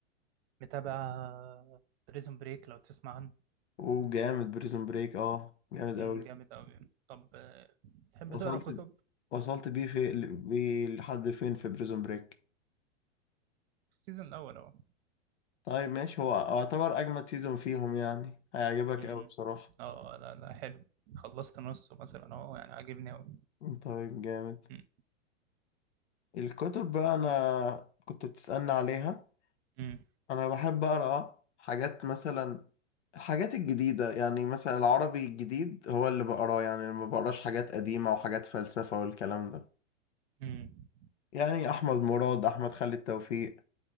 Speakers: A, on the right; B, on the left.
A: متابع بريزون بريك لو تسمع عنه
B: وجامد بريزون بريك اه جامد
A: امم
B: قوي
A: جامد قوي طب آه، تحب
B: وصلت
A: تقرا كتب
B: وصلت بيه في بيه لحد فين في بريزون بريك
A: في السيزون الاول اهو
B: طيب ماشي هو يعتبر اجمد سيزون فيهم يعني هيعجبك
A: امم
B: قوي بصراحة
A: اه لا لا حلو خلصت نصه مثلا اهو يعني عاجبني قوي
B: طيب جامد
A: امم
B: الكتب بقى انا كنت بتسألني عليها
A: امم
B: انا بحب اقرا حاجات مثلا الحاجات الجديده يعني مثلا العربي الجديد هو اللي بقراه يعني أنا ما بقراش حاجات قديمه وحاجات فلسفه والكلام ده
A: امم
B: يعني احمد مراد احمد خالد توفيق